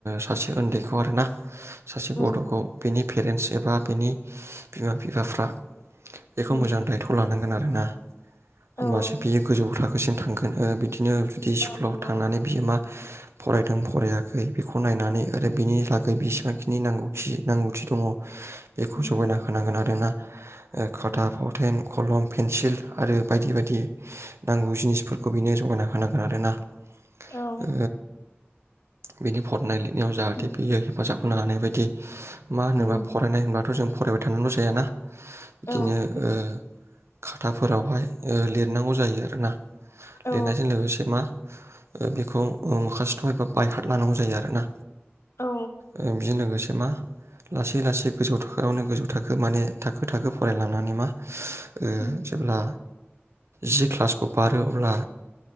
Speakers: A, on the right; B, on the left.
A: सासे उन्दैखौ आरो ना सासे
B: उम
A: गथ'खौ बेनि पेरेन्टस एबा बिनि बिमा बिफाफ्रा बेखौ
B: उम
A: मोजां दायथ' लानां गोन आरोना
B: औ
A: होनबासो
B: औ
A: बि गोजौ थाखोसिम थांगोन ओ दिनो बिदि स्कुलाव
B: औ नंगौ
A: थांनानै बियो मा फरायदों फरायाखै बेखौ नायनानै आरो बेनि लागै बेसेबांखिनि नांगौखि नांगौथि दङ। बेखौ
B: उम
A: जगायना होनांगोन आ रो ना ओ खाथा
B: उम
A: फावथेन कलम पेन्सिल आरो बायदि बायदि नांगौ जिनिसफोरखौ बेनो जगायना होनांगोन आरो ना। ओ
B: औ
A: बिनि फरनाय लिर नियाव जाहाथे
B: उम
A: फैयो हेफाजाब खनो हानाय बायदि मा होनोबा
B: उम
A: फरायनाय होनब्लााथ जों फरायबाय थानल जायाना बिदिनो
B: औ
A: ओ खाथाफोरावहाय ओ लिरनांगौ जायो आरोना
B: औ
A: लिरनायजों लोगोसे मा बेखौ ओ माखासेथ एबा बायखाना लानांगौ जायो आरोना।
B: औ
A: ओ बिदि लोगोसे मा लासै लासै गोजौ थाखोआवनो गोजौ थाखो माने थाखो थाखो फरायलांनानै मा ओ
B: उम
A: जेब्ला जि क्लासखौ बारो अब्ला